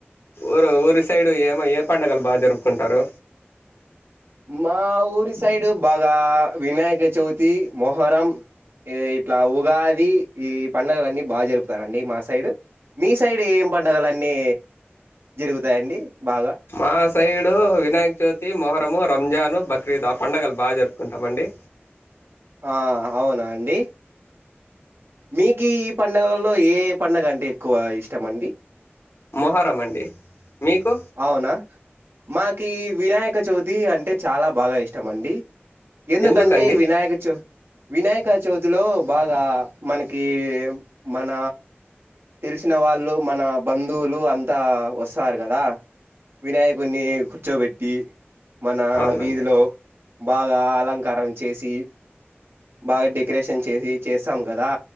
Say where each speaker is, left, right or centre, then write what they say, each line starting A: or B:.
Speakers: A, on the left (about 75°); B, on the right (about 65°).
A: ఊరు ఊరి సైడు ఏమి ఏ పండుగలు బాగా జరుపుకుంటారు
B: మా ఊరి సైడ్ బాగా వినాయక చవితి మోహ హరం ఇట్లా ఉగాది ఈ పండగలన్ని బాగా జరుపుతారండి మా సైడ్ మీ సైడ్ ఏం పండగలు అన్నీ జరుగుతాయండి బాగా
A: మా సైడు వినాయ చవితి మొహరము రంజాను బక్రీద్ ఆ పండుగలు బాగా జరుపుకుంటాం అండి
B: ఆ అవునా అండి మీకు ఈ పండగల్లో ఏ పండుగ అంటే ఎక్కువ ఇష్టం అండి
A: మొహరం అండి మీకు
B: అవునా మాకు వినాయక చవితి అంటే చాలా బాగా ఇష్టం అండి ఎందుకంటే
A: ఎందుకండి
B: వినాయక చో వినాయక చవితిలో బాగా మనకి మన తెలిసిన వాళ్ళు మన బంధువులు అంతా వస్తారు కదా వినాయకుడిని కూర్చోబెట్టి మన
A: అవునండి
B: వీధిలో బాగా అలంకారం చేసి బాగా డెకరేషన్ చేసి చేస్తాం కదా